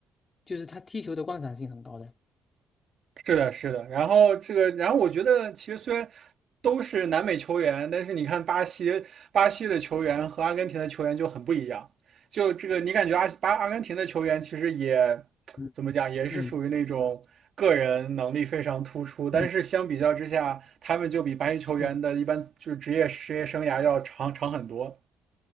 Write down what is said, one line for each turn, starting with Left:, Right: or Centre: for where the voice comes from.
Left: 就是他踢球的观赏性很高的。
Right: 是的，是的。然后这个，然后我觉得其实虽然都是南美球员，但是你看巴西，巴西的球员和阿根廷的球员就很不一样。就这个，你感觉阿巴阿根廷的球员其实也
Left: 嗯
Right: 怎么讲，也是属于那种个人能力非常突出，
Left: 嗯
Right: 但是相比较之下，
Left: 嗯
Right: 他们就比巴西球员的一般就是职业职业生涯要长长很多。
Left: 嗯